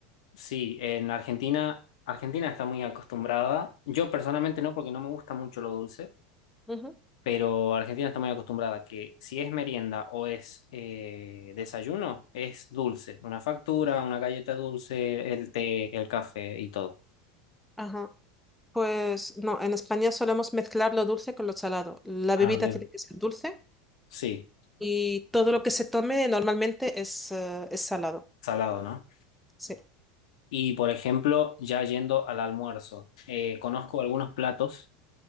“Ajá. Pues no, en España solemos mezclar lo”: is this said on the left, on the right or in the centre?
Centre